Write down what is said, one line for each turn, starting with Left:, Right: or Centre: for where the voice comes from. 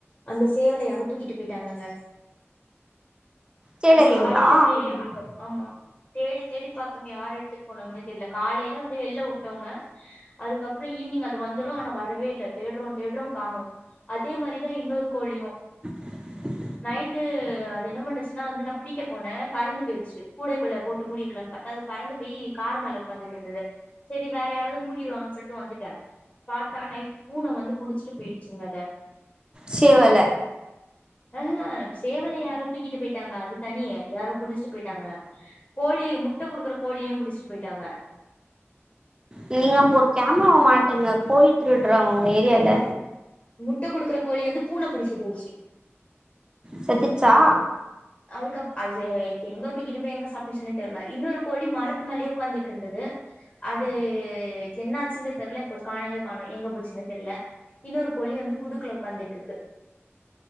Left: அந்த சேவல யாரே தூக்கிட்டு போயிட்டாங்கங்க
Right: தேடலீங்களா
Left: அது காலைல மேய்ய விட்டோ ஆமா தேடி தேடி பாத்தோம் யாரு எடுத்துட் போனாங்னே தெரில காலைல வந்து வெள்ல வுட்டோங்க அதுக்கப்றோ ஈவி்னி்ங் அது வந்துரு ஆனா வரவே இல்லை தேட்றோ தேட்றோ காணோ அதே மாரிதா இன்னொரு கோழியு
Right: <inaudible>
Left: நைட்டு அது என்ன பண்ணுச்சுனா வந்து நா பிடிக்க போனே பறந்து போயிருச்சு கூடைக்குள்ள போட்டு மூடி வைக்லான் பாத்தா அது பறந்து போய் கார் மேல உக்காந்துட்டுட்ருந்தது சரி வேற யாராவது மூடிருவாங்க சொல்ட்டு வந்துட் டே பாத்தா நைட்டு் பூன வந்து புடிச்சிட்டு போயிடுச்சுங்க அத
Right: சேவல
Left: ஆ ஹே சேவல யாரோ தூக்கிட்டு போயிட்டாங்க அது தனி யாரோ புடுச்சுட்டு போயிட்டாங்க கோழி முட்ட குடுக்குற கோழியு புடிச்சுட்டு போயிட்டாங்க
Right: நீங்க அப்போ ஒரு கேமராவ மாட்டுங்க கோழி திருட்றாங்க உங்க ஏரியால
Left: முட்ட குடுக்கற கோழிய வந்து பூன புடிச்சிட்டு போயிருச்சு
Right: செத்துட்ச்சா
Left: அதுக்கப் அது எங்க தூக்கிட்டு போய் எங்க சாப்டுச்சுனே தெர்ல இன்னொரு கோழி மரத்து மேலயே உக்காந்துட்ருந்தது அது என்னாச்சுனே தெர்ல இப்ப காணவே காணோ எங்க போச்சுனே தெர்ல இன்னொரு கோழி வந்து கூண்டுக்ல உக்காந்திட்ருக்கு